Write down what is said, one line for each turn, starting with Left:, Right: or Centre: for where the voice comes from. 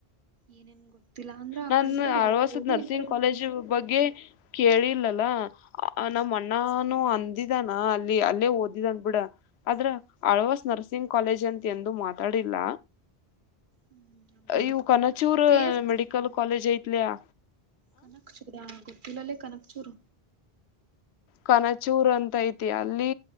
Right: ಏನೇನ್ ಗೊತ್ತಿಲ್ಲ ಅಂದ್ರ ಆ
Left: ನಾನು
Right: ಕಡೆ ಸೈಡ್
Left: ಅಳ್ವಾಸದ
Right: ಓದು
Left: ನರ್ಸಿಂಗ್
Right: ಎನ್ವಿರಾನ್ಮೆಂಟ್
Left: ಕಾಲೇಜು ಬಗ್ಗೆ ಕೇಳಿಲ್ಲ ಅಲಾ ನಮ್ಮ ಅಣ್ಣಾನೂ ಅಂದಿದಾನ ಅಲ್ಲಿ ಅಲ್ಲೇ ಓದಿದಂದ ಬಿಡ ಆದ್ರ ಆಳ್ವಸ್ ನರ್ಸಿಂಗ್ ಕಾಲೇಜ್ ಅಂತ ಎಂದು ಮಾತಾಡಿಲ್ಲ
Right: ಹ್ಮ್ ಅಂದ್ರ
Left: ಇವು
Right: ಬಿಟ್ಬಿಡು
Left: ಕನಚೂರ್
Right: ಎಸ್
Left: ಮೆಡಿಕಲ್ ಕಾಲೇಜ್ ಐತ್ಲಯಾ
Right: ಕನಕ್ಚೂರ ಗೊತ್ತಲಲ್ಲೇ ಕನಕ್ ಚೂರು
Left: ಕನಚೂರ್ ಅಂತ ಐತಿ ಅಲ್ಲಿ